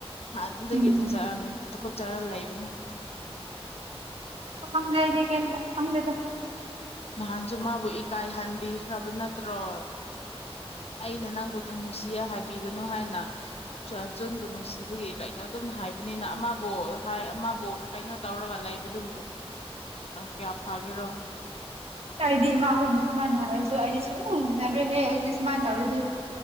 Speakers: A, on the left; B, on the right.
A: ꯍꯗꯒꯤ
B: ꯎꯝ
A: ꯏ ꯊꯖ ꯆꯔ ꯂꯩꯕꯅꯤ
B: ꯀꯝꯒꯗꯤ ꯀꯦꯝꯇ ꯍꯪꯗ
A: ꯅꯍꯥꯟꯁꯨ ꯃꯥꯕꯨ ꯏꯀꯥꯏꯍꯟꯕꯤꯈ꯭ꯔꯕ ꯅꯠꯇ꯭ꯔꯣ ꯑꯩꯅ ꯅꯪꯕꯨ ꯅꯨꯡꯁꯤꯌꯦ ꯍꯥꯏꯕꯤꯒꯅꯨ ꯍꯥꯏꯅ ꯆꯨꯔꯥꯟꯆꯟꯕꯨ ꯅꯨꯡꯁꯤꯕꯒꯤ ꯀꯩꯅꯣ ꯑꯗꯨꯝ ꯍꯥꯏꯕꯅꯤꯅ ꯑꯃꯕꯨ ꯍꯥꯏ ꯑꯃꯕꯨ ꯀꯩꯅꯣ ꯇꯧꯔꯒ ꯂꯩꯕꯗꯨꯕꯨ ꯀꯌꯥ ꯐꯥꯒꯦꯔꯣ
B: ꯗꯤ ꯃꯥ ꯀꯅꯤ ꯁꯨꯃꯅ ꯍꯥꯏꯔꯁꯨ ꯑꯩꯗꯤ ꯁꯨꯝ ꯍꯣꯡꯁꯤꯟꯅꯔꯨꯍꯦ ꯑꯩꯗꯤ ꯁꯨꯃꯥꯏꯅ ꯇꯧꯔꯗꯤ